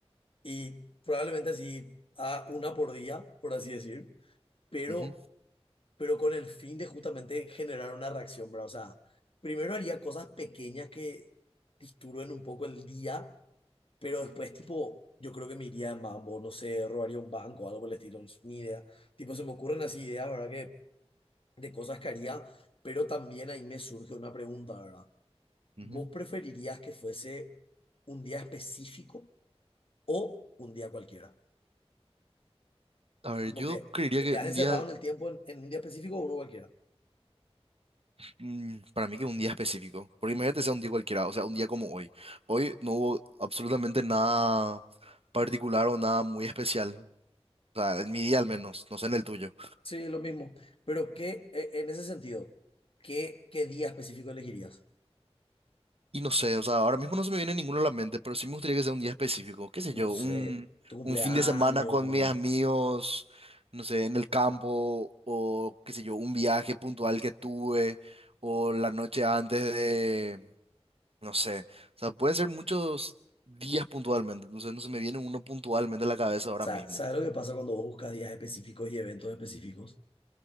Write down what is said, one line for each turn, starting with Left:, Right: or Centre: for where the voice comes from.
Left: y probablemente así a una por día, por así decir, pero,
Right: Ujú,
Left: pero con el fin de justamente generar una reacción, ¿verdad? O sea, primero haría cosas pequeñas que disturben un poco el día pero después, tipo, yo creo que me iría en mambo, no sé, robaría un banco o algo por el estilo, no sé, ni idea. Tipo, se me ocurren así ideas, ¿verdad? Que de cosas que haría, pero también ahí me surge una pregunta, ¿verdad?
Right: ujú.
Left: ¿Vos preferirías que fuese un día específico o un día cualquiera?
Right: A ver,
Left: Tipo
Right: yo
Left: que
Right: creería
Left: te
Right: que
Left: quedas
Right: un
Left: encerrado
Right: día,
Left: en el tiempo en, en un día específico o uno cualquiera.
Right: mm, para mí que un día específico, porque imagínate sea un día cualquiera, o sea, un día como hoy. Hoy no hubo absolutamente nada particular o nada muy especial, o sea, en mi día al menos, no sé en el tuyo.
Left: Sí, lo mismo. Pero ¿qué, eh, en ese sentido, qué, qué día específico elegirías?
Right: Y no sé, o sea, ahora mismo no se me viene ninguno a la mente, pero sí me gustaría que sea un día específico, qué sé yo,
Left: No sé,
Right: un,
Left: tu cumpleaños,
Right: un fin de semana con mis amigos, no sé, en el campo, o qué sé yo, un viaje puntual que tuve, o la noche antes de, no sé, o sea, pueden ser muchos días puntualmente, entonces no se me viene uno puntualmente a la cabeza ahora
Left: Sa-
Right: mismo.
Left: ¿Sabes lo que pasa cuando vos buscas días específicos y eventos específicos?